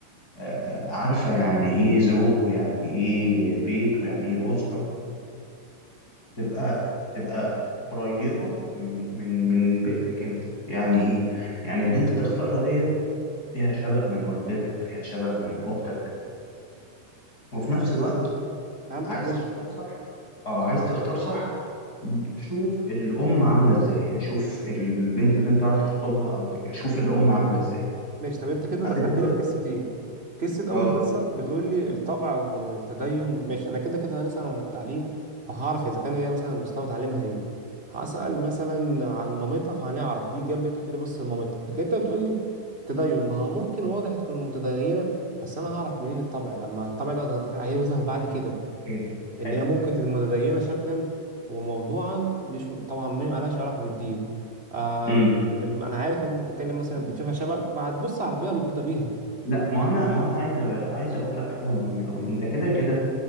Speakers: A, on the left; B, on the right.
A: آه، عارفة يعني إيه زوج ويعني إيه بيت ويعني إيه أسرة تبقى تبقى قريبة من من من بيئتك انت يعني ايه يعني اللي انت تختارها ديت فيها شبه من والدتك فيها شبه من اختك وفي نفس الوقت
B: فهمتك
A: عايز
B: ماشي
A: تختار صح اه عايز تختار صح شوف الام عاملة ازاي يعني شوف البنت اللي انت راح تخطبها او تك... شوف الام عاملة ازاي
B: ماشي طب انت كده
A: هتقدر
B: دخلتني في قصتين قصة أول
A: اه
B: قصة
A: قول.
B: بتقول لي الطبع والتدين ماشي أنا كده كده هنسأل عن التعليم فهعرف إذا كان هي مثلا مستوى تعليمها إيه هسأل مثلا عن مامتها فهنعرف دي الجنب اللي أنت بتقول لي بص لمامتها لكن أنت بتقول لي التدين ما هو ممكن واضح تكون متدينة بس أنا هعرف منين الطبع لما الطبع ده هيظهر بعد كده
A: حلو
B: ان
A: حلو
B: هي ممكن
A: حلو
B: تبقى متدينه شكلا وموضوعا مش طبعا ما لهاش علاقه بالدين آه
A: امم
B: الم- انا عارف ان انت بتتكلم مثلا بتشوفها شبك فهتبص على البيئه المحيطه بيها
A: لا ما
B: عشان-
A: انا ما انا عايز عايز اقول لك حاجه مهمه قوي انت كده كده